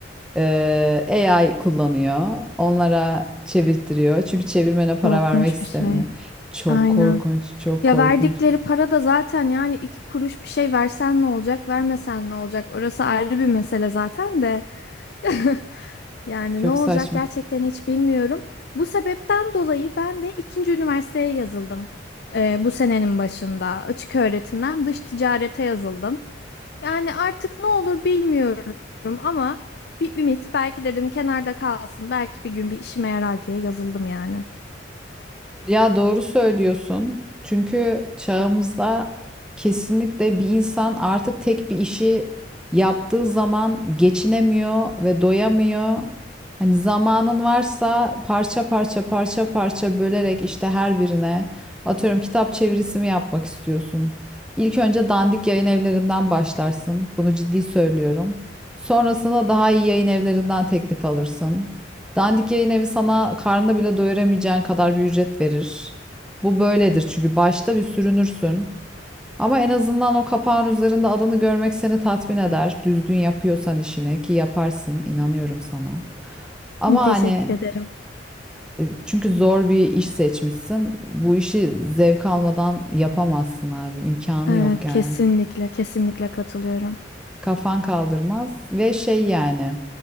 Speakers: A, in the centre; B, on the left.
A: e, AI kullanıyor. Onlara çevirtiriyor. Çünkü çevirmene para
B: Korkunç
A: vermek istemiyor.
B: bir şey.
A: Çok
B: Aynen.
A: korkunç, çok
B: Ya
A: korkunç.
B: verdikleri para da zaten yani iki kuruş bir şey versen ne olacak, vermesen ne olacak? Orası ayrı bir mesele zaten de. <laughs> Yani
A: Çok
B: ne olacak
A: saçma.
B: gerçekten hiç bilmiyorum. Bu sebepten dolayı ben de ikinci üniversiteye yazıldım. Ee, bu senenin başında açık öğretimden dış ticarete yazıldım. Yani artık ne olur bilmiyorum ama bir ümit belki dedim kenarda kalsın belki bir gün bir işime yarar diye yazıldım yani.
A: Ya doğru söylüyorsun. Çünkü çağımızda kesinlikle bir insan artık tek bir işi yaptığı zaman geçinemiyor ve doyamıyor. Hani zamanın varsa parça parça parça parça bölerek işte her birine atıyorum kitap çevirisi mi yapmak istiyorsun? İlk önce dandik yayın evlerinden başlarsın. Bunu ciddi söylüyorum. Sonrasında daha iyi yayın evlerinden teklif alırsın. Dandik yayın evi sana karnını bile doyuramayacağın kadar bir ücret verir. Bu böyledir çünkü başta bir sürünürsün. Ama en azından o kapağın üzerinde adını görmek seni tatmin eder. Düzgün yapıyorsan işini ki yaparsın, inanıyorum sana. Ama
B: Teşekkür
A: hani
B: ederim.
A: e, çünkü zor bir iş seçmişsin. Bu işi zevk almadan yapamazsın abi. İmkanı
B: Evet,
A: yok yani.
B: kesinlikle, kesinlikle katılıyorum.
A: Kafan kaldırmaz ve şey yani